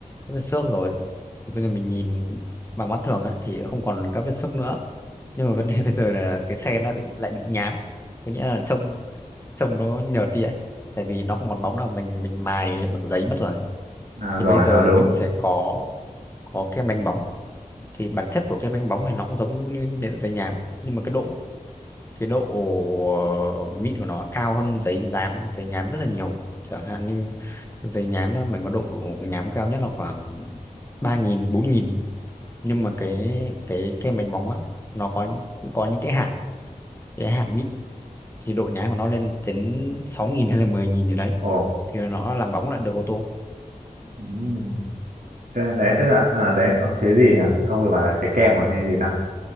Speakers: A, on the left (about 20°); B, on the right (about 80°).
A: các vết xước rồi thì bây giờ mình nhìn bằng mắt thường ấy, thì không còn các vết xước nữa nhưng mà vấn đề <laughs> bây giờ là cái xe nó lại bị nhám có nghĩa là trông trông nó nhợt đi ấy tại vì nó không còn bóng nào mình mình mài bằng giấy mất rồi
B: À, rồi
A: thì bây giờ
B: ờ đúng.
A: mình sẽ có có kem đánh bóng thì bản chất của kem đánh bóng thì nó cũng giống như giấy nhám nhưng mà cái độ cái độ ờ, mịn của nó cao hơn giấy nhám giấy nhám rất là nhiều chẳng hạn như giấy nhám đó, mình có độ nhám cao nhất là khoảng ba nghìn bốn nghìn nhưng mà cái cái kem đánh bóng á nó có những- cũng có những cái hạt cái hạt mịn thì độ nhám của nó lên đến sáu nghìn hay là mười nghìn gì đấy
B: Ồ.
A: thì nó làm bóng lại được ô tô
B: ừm. Thế đấy tức là à, đấy ông cái gì nhỉ? Ông vừa bảo là cái kem à hay gì ta?